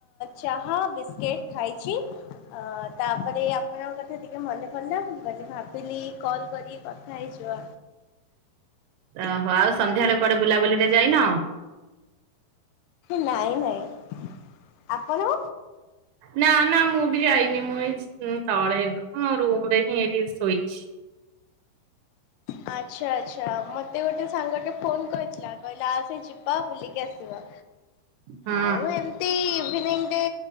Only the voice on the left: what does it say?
ଚାହା ବିସ୍କି ଖାଇଚି। ଅ ତାପରେ ଆପଣ ଟିକେ ମନେ ପଡ଼ିଲା ମୁଁ ଭାବିଲି କଲ୍ କରି କଥା ହେଇଯିବା।
ନାଇଁ ନାଇଁ, ଆପଣ?
ହ ଆଚ୍ଛା ଆଚ୍ଛା ମତେ ଗୋଟେ ସାଙ୍ଗ ଟେ ଫୋନ କରିଥିଲା କହିଲା ଆ ସେ ଯିବା ବୁଲିକି ଆସିବା।
ଆଉ ଏମିତି ଗ